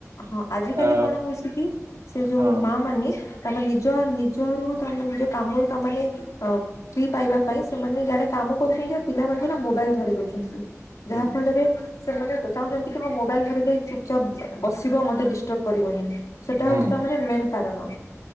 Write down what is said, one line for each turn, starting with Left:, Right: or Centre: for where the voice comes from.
Left: ହଁ ଆଜିକାଲି
Right: ଆ
Left: କଣ ହଉଛି କି ସେ ଯୋଉ
Right: ହଁ
Left: ମା ମାନେ <unintelligible> ନିଜ ନି ଜ ରୁ ତମେ ନିଜ କାମରୁ ତମାନେ ଅ ଫ୍ରି ପାଇବା ପାଇଁ ସେମାନେ ଇଆଡେ କାମ କରୁଚିନ୍ତି, ଆଉ ପିଲାମାନଙ୍କୁ ନା ମୋବାଇଲ୍ ଧରେଇ ଦଉଚିନ୍ତି।
Right: ହୁଁ
Left: ଯାହା ଫଳରେ ସେମାନେ ଚାହୁଁଚନ୍ତି କି ମୋ ମୋବାଇଲ୍ ଧରିଲେ ଚୁପଚାପ୍ ବସିବ ମତେ ଡିଷ୍ଟର୍ବ କରିବନି। ସେଟା
Right: ହୁଁ।
Left: ହଉଚି ତା ମାନେ ମେନ୍ କାରଣ,